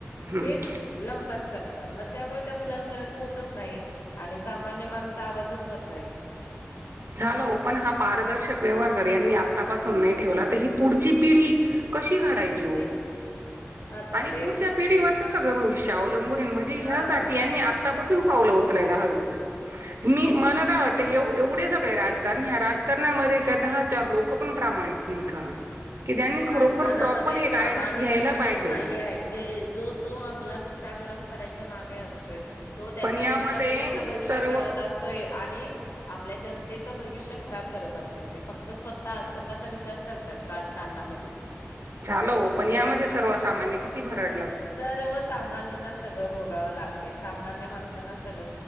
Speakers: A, on the right; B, on the left.
A: हम्म
B: तेच लंपास कर तम त्यामुळे त्या मुलांपर्यंत पोहोचत नाही आणि सामान्य माणस आवाज उठवत नाही
A: झाल हो पण हा पारदर्शक व्यवहार जर यांनी आतापासून नाही ठेवला तर ही पुढची पिढी कशी घडायची
B: पुढची
A: हो
B: आता
A: आणि
B: तेच
A: पुढच्या पिढीवर तर सगळं भविष्य अवलंबून हेन म्हणजे
B: हां.
A: ह्यासाठी यांनी आत्तापासून पावलं उचलायला हवी. मी मला काय वाटतं एवढे झप होय राजकारणी हा राजकारणामध्ये का दहा चार लोक पण प्रामाणिक नाही का? की त्यांनी खरोखर
B: राजकारणामध्ये
A: प्रॉपर हे गायडन्स
B: प्रामाणिक
A: घ्यायला
B: कोणच
A: पाहिजे.
B: नाही हाय जो तो आपला खिसा गरम करायच च्या मागे असतोय. तो त्याच्या
A: पण यामध्ये
B: पुढच्या पिढीचं भविष्य
A: सर्व
B: घडवत असतोय आणि आपल्या जनतेत च भविष्य, खराब करत असत्यात. ते फक्त स्वतः स्वत त्याचा विचार करत्यात राजकार नामध्ये
A: झालं ओ पण यामध्ये सर्व सामान्य किती भरड?
B: सर्व सामान्यांनाच सगळ भोगाव लाग तय सामान्य माणसांना सगळ